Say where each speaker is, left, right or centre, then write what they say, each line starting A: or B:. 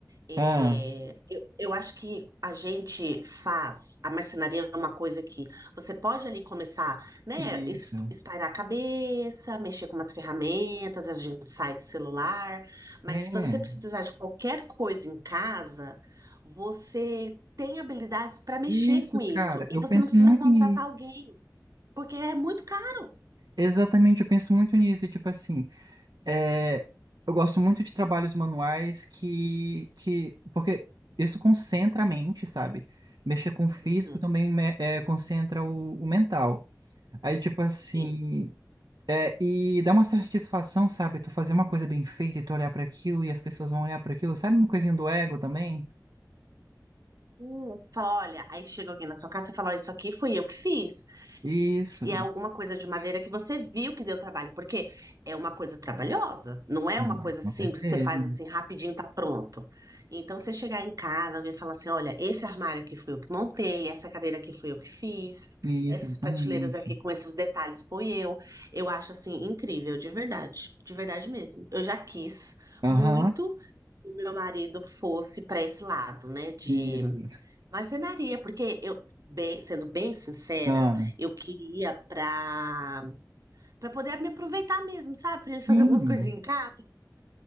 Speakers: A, on the right (about 55°); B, on the right (about 70°).
A: é,
B: Ah, É.
A: eu, eu acho que a gente faz a marcenaria é uma coisa que você pode ali começar, né,
B: isso.
A: es- espairar a cabeça, mexer com umas ferramentas, a gente sai do celular, mas
B: É,
A: se você precisar de qualquer coisa em casa, você tem habilidades para mexer
B: isso,
A: com isso
B: cara.
A: e
B: Eu
A: você
B: penso
A: não precisa
B: muito
A: contratar
B: nisso.
A: alguém, porque é muito caro.
B: Exatamente, eu penso muito nisso. E, tipo assim, é, eu gosto muito de trabalhos manuais que, que. Porque isso concentra a mente, sabe? Mexer com o físico
A: Uhum,
B: também me- é, concentra o, o mental. Aí, tipo assim.
A: sim.
B: É, e dá uma satisfação, sabe? Tu fazer uma coisa bem feita e tu olhar para aquilo e as pessoas vão olhar para aquilo, sabe? Uma coisinha do ego também.
A: Hum, Você fala, olha, aí chega alguém na sua casa e fala, ó, isso aqui fui eu que fiz.
B: Isso.
A: E é alguma coisa de madeira que você viu que deu trabalho, porque é uma coisa trabalhosa, não é
B: Ah,
A: uma coisa
B: com
A: simples
B: certeza.
A: que você faz assim rapidinho, tá pronto. Então, você chegar em casa, alguém falar assim: olha, esse armário aqui foi eu que montei, essa cadeira aqui foi eu que fiz,
B: Isso,
A: essas
B: exatamente.
A: prateleiras aqui com esses detalhes foi eu. Eu acho assim incrível, de verdade, de verdade mesmo. Eu já quis
B: Aham,
A: muito que o meu marido fosse para esse lado, né, de
B: isso.
A: Marcenaria, porque eu, bem- sendo bem sincera,
B: Ah,
A: eu queria para para poder me aproveitar mesmo, sabe? Pra gente
B: sim.
A: fazer algumas coisinhas em casa,